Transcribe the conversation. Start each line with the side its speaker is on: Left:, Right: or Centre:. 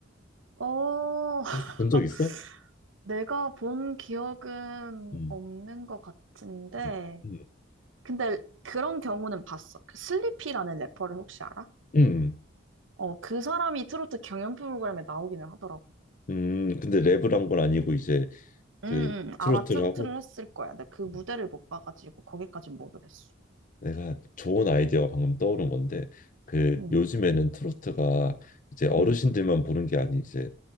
Right: 어, <laughs>
Left: 혹시 본 적 있어?
Right: 내가 본 기억은
Left: 음,
Right: 없는 것 같은데,
Left: 음, 음,
Right: 근데 그런 경우는 봤어. 그 슬리피라는 래퍼를 혹시 알아?
Left: 음,
Right: 어, 그 사람이 트로트 경연 프로그램에 나오기는 하더라고.
Left: 음, 음, 근데 랩을 한 건 아니고 이제
Right: 음,
Left: 그
Right: 음, 아마
Left: 트로트를
Right: 트로트를
Left: 하고
Right: 했을 거야. 근데 그 무대를
Left: 음,
Right: 못 봐가지고 거기까진 모르겠어.
Left: 내가 좋은 아이디어가 방금 떠오른 건데 그
Right: 음,
Left: 요즘에는 트로트가 이제 어르신들만
Right: 음,
Left: 보는 게 아니 이제